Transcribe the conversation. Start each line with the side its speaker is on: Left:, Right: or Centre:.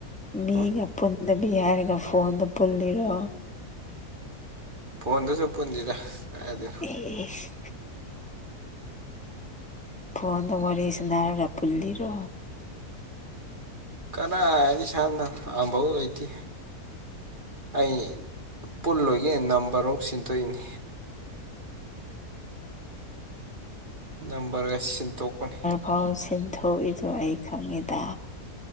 Centre: ꯃꯤꯒ
Right: ꯎꯝ
Centre: ꯄꯨꯟꯗꯕꯤ ꯍꯥꯏꯔꯒ ꯐꯣꯟꯗ ꯄꯨꯜꯂꯤꯔꯣ
Right: ꯐꯣꯟꯗꯁꯨ ꯄꯨꯟꯗꯦꯗ ꯀꯔꯥꯢꯗꯩ
Centre: ꯑꯦꯁ ꯐꯣꯟꯗꯥ ꯋꯥꯔꯤ ꯁꯥꯟꯅꯔꯒ ꯄꯨꯜꯂꯤꯔꯣ
Right: ꯀꯗꯥꯢꯗꯩ ꯁꯥꯟꯅ ꯑꯝꯕꯧ ꯂꯩꯇꯦ ꯑꯩ ꯄꯨꯜꯂꯣꯏꯒꯦ ꯅꯝꯕꯔꯃꯨꯛ ꯁꯤꯟꯗꯣꯛꯏꯅꯤ ꯅꯝꯕꯔꯒ ꯁꯤꯟꯇꯣꯛꯄꯅꯤ
Centre: ꯍꯣ ꯁꯤꯟꯊꯣꯛꯏꯗꯣ ꯑꯩ ꯈꯪꯉꯤꯗ